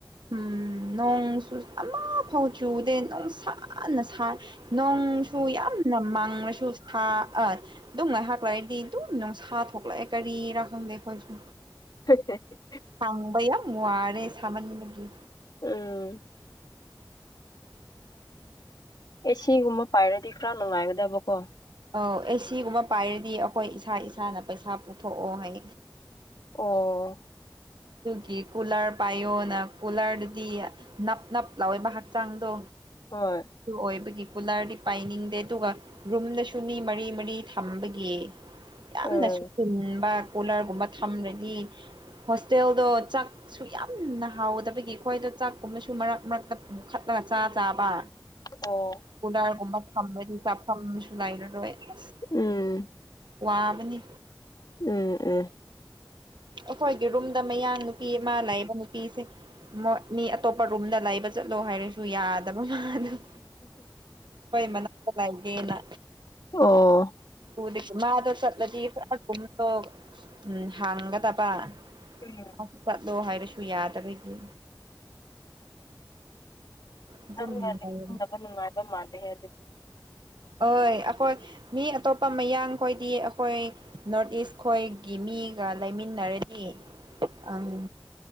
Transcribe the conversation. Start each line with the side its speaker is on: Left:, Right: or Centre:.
Right: ꯎꯝ ꯅꯁꯨ ꯐꯥꯎ ꯆꯨꯗꯦ ꯅꯨꯡ ꯁꯅ ꯅꯣꯡꯁꯨ ꯌꯥꯝꯅ ꯃꯥꯡꯂꯁꯨ ꯑ ꯑꯗꯨꯝ ꯉꯥꯏ ꯍꯥꯛꯂꯛꯏꯗꯤ ꯑꯗꯨꯝ ꯅꯨꯡꯁꯥ ꯊꯣꯛꯂꯛꯑꯦ ꯀꯔꯤꯔꯥ ꯈꯪꯗꯦ ꯑꯩꯈꯣꯏꯁꯨ
Left: ꯣꯏꯁꯦ
Right: ꯊꯪꯕ ꯑ ꯃꯨꯅꯦ ꯁꯃꯟꯕꯒ
Left: ꯎꯝ ꯑꯦ ꯁꯤꯒꯨꯝꯕ ꯄꯥꯏꯔꯗꯤ ꯈꯔ ꯅꯨꯡꯉꯥꯏꯒꯗꯕꯀꯣ
Right: ꯑꯧ ꯑꯦ ꯁꯤꯒꯨꯝꯕ ꯄꯥꯏꯔꯗꯤ ꯑꯩꯈꯣꯏ ꯏꯁꯥ ꯏꯁꯥꯅ ꯄꯩꯁꯥ ꯄꯨꯊꯣꯛꯑꯣ ꯍꯥꯏ
Left: ꯑꯣ
Right: ꯑꯗꯨꯒꯤ ꯀꯨꯂꯔ ꯄꯥꯏꯌꯣꯅ ꯀꯨꯂꯔꯗꯨꯗꯤ ꯅꯞ ꯅꯞ ꯂꯥꯎꯑꯣꯏꯕ ꯍꯛꯆꯥꯡꯗꯣ
Left: ꯍꯣꯏ
Right: ꯑꯣꯏꯕꯒꯤ ꯀꯨꯂꯔꯗꯤ ꯄꯥꯏꯅꯤꯡꯗꯦ ꯑꯗꯨꯒ ꯔꯨꯝꯗꯁꯨ ꯃꯤ ꯃꯔꯤ ꯃꯔꯤ ꯊꯝꯕꯒꯤ ꯌꯥꯝꯅ
Left: ꯎꯝ
Right: ꯁꯨꯁꯤꯤꯟꯕ ꯀꯣꯂꯔꯒꯨꯝꯕ ꯊꯝꯂꯗꯤ ꯍꯣꯇꯦꯜꯗꯣ ꯆꯥꯛꯁꯨ ꯌꯥꯝꯅ ꯍꯥꯎꯗꯕꯒꯤ ꯑꯩꯈꯣꯏꯗꯣ ꯆꯥꯛꯀꯨꯝꯕꯁꯨ ꯃꯔꯛ ꯃꯔꯛꯇ ꯄꯨꯈꯠꯂꯒ ꯆꯥ ꯆꯥꯕ
Left: ꯑꯣ
Right: ꯀꯨꯂꯔꯒꯨꯝꯕ ꯊꯝꯕꯗꯤ ꯆꯥꯐꯝꯁꯨ ꯂꯩꯔꯔꯣꯏ ꯑꯁ
Left: ꯎꯝ
Right: ꯋꯥꯕꯅꯤ
Left: ꯎꯝ ꯎꯝ
Right: ꯑꯩꯈꯣꯏꯒꯤ ꯔꯨꯝꯗ ꯃꯌꯥꯥꯡ ꯅꯨꯄꯤ ꯑꯃ ꯂꯩꯕ ꯅꯨꯄꯤꯁꯦ ꯃꯤ ꯑꯇꯣꯞꯄ ꯔꯨꯝꯗ ꯂꯩꯕ ꯆꯠꯂꯣ ꯍꯥꯏꯔꯁꯨ ꯌꯥꯗꯕ ꯃꯥꯗꫭ ꯑꯈꫭꯏ ꯃꯅꯥꯛꯇ ꯂꯥꯏꯒꯦꯅ
Left: ꯑꯣ
Right: ꯎꯗꯤ ꯃꯥꯗꯣ ꯆꯠꯂꯗꯤ ꯈꯔꯒꯨꯝꯗꯣ ꯎ ꯍꯥꯡꯒꯗꯕ <unintelligible>
Left: ꯎꯝ
Right: ꯑ ꯆꯠꯂꯣ ꯍꯥꯏꯔꯁꯨ ꯌꯥꯗꯕꯒꯤ ꯑꯗꯨꯝ
Left: ꯅꯪꯒ
Right: ꯂꯩꯔꯦ
Left: ꯂꯩꯃꯤꯟꯅꯕ ꯅꯨꯡꯉꯥꯏꯕ ꯃꯥꯜꯂꯦꯍ‌ꯦ ꯑꯗꯨꯗꯤ
Right: ꯍꯣꯏ ꯑꯩꯈꯣꯏ ꯃꯤ ꯑꯇꯣꯞꯄ ꯃꯌꯥꯡ ꯈꯣꯏꯗꯤ ꯑꯩꯈꯣꯏ ꯅꯣꯔꯠ ꯏꯁ ꯈꯣꯏꯒꯤ ꯃꯤ ꯃꯤꯒ ꯂꯩꯃꯤꯟꯅꯔꯗꯤ ꯑꯪ